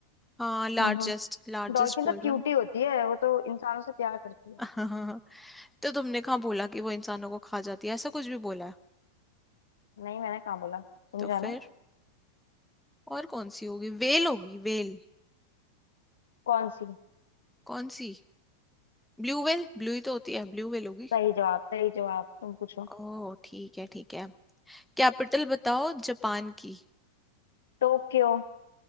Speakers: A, in the centre; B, on the left.
A: हाँ लार्जेस्ट
B: हम्म।
A: लार्जेस्ट
B: डॉल्फिन
A: बोल
B: तो
A: रहे
B: क्यूटी
A: हो ना
B: होती है वो तो इंसानों से प्यार करती है
A: <laughs> तो तुमने कहाँ बोला कि वो इंसानों को खा जाती है ऐसा कुछ भी बोला है
B: नहीं मैंने कहाँ बोला तुम
A: तो
B: जानो
A: फिर और कौन सी होगी वेल होगी वेल
B: कौन सी
A: कौन सी ब्लू वेल ब्लू ही तो होती है ब्लू वेल होगी
B: सही जवाब सही जवाब तुम पूछो
A: ओह ठीक है ठीक है कैपिटल बताओ जापान की
B: टोक्यो